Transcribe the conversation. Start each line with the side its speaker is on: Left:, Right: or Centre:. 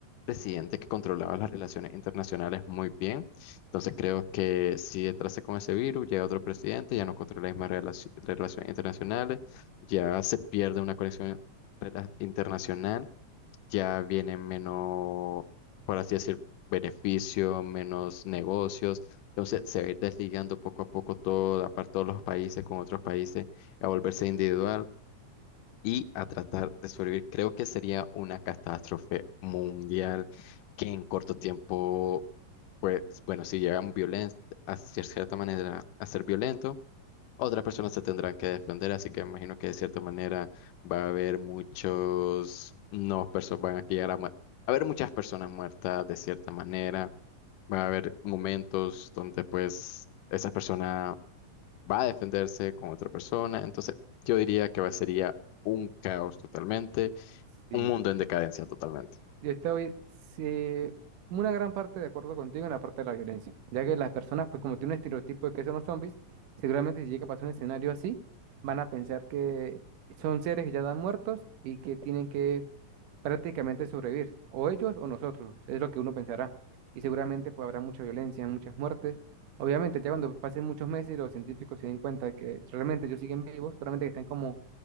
Left: presidente que controlaba las relaciones internacionales muy bien, entonces creo que si entrase con ese virus, llega otro presidente, ya no controla las mismas relaci- relaciones internacionales, ya se pierde una conexión rela- internacional, ya viene menos, por así decir, beneficio, menos negocios, entonces se va a ir desligando poco a poco toda, aparte todos los países con otros países, a volverse individual y a tratar de sobrevivir. Creo que sería una catástrofe mundial que en corto tiempo, pues, bueno, si llegan violen a cier- cierta manera a ser violento, otras personas se tendrán que defender, así que me imagino que de cierta manera va a haber muchos, no, personas van a llegar a, mu- va a haber muchas personas muertas de cierta manera, va a haber momentos donde pues esa persona va a defenderse con otra persona. Entonces, yo diría que va, sería un caos totalmente,
Right: Sí,
Left: un mundo en decadencia totalmente.
Right: yo estoy sí, una gran parte de acuerdo contigo en la parte de la violencia, ya que las personas, pues como tienen un estereotipo de que son los zombies, seguramente si llega a pasar un escenario así, van a pensar que son seres que ya están muertos y que tienen que prácticamente sobrevivir, o ellos o nosotros, es lo que uno pensará. Y seguramente pues habrá mucha violencia, muchas muertes. Obviamente, ya cuando pasen muchos meses y los científicos se den cuenta que realmente ellos siguen vivos, solamente que están como,